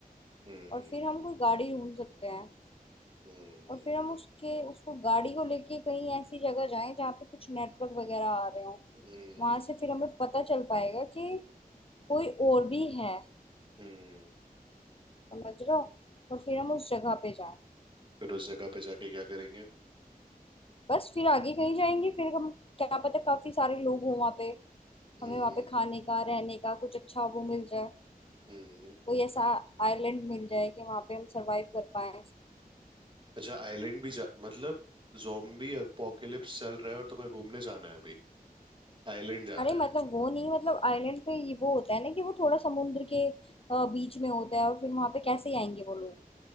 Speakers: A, on the right (about 30°); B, on the left (about 40°).
A: हम्म
B: और फिर हम कोई गाड़ी ढूंढ सकते हैं
A: हम्म
B: और फिर हम उसके उसको गाड़ी को लेके कहीं ऐसी जगह जाएं जहाँ पे कुछ नेटवर्क वगैरह आ रहे हो
A: हम्म
B: वहां से फिर हमें पता चल पाएगा कि कोई और भी है
A: हम्म
B: समझ रहे हो और फिर हम उस जगह पे जाएं
A: फिर उस जगह पे जाके क्या करेंगे
B: बस फिर आगे कहीं जाएंगे फिर हम क्या पता काफी सारे लोग हों वहाँ पे
A: हम्म
B: हमें वहाँ पे खाने का रहने का कुछ अच्छा वो मिल जाए
A: हम्म
B: कोई ऐसा आइलैंड मिल जाए कि वहाँ पे हम सरवाइव कर पाए
A: अच्छा आइलैंड भी जा मतलब zombie apocalypse चल रहा है और तुम्हें घूमने जाना है अभी आइलैंड जाना
B: अरे मतलब
A: है
B: वो नहीं मतलब आइलैंड पे ये वो होता है ना कि वो थोड़ा समुद्र के अ, बीच में होता है और फिर वहां पे कैसे आएंगे वो लोग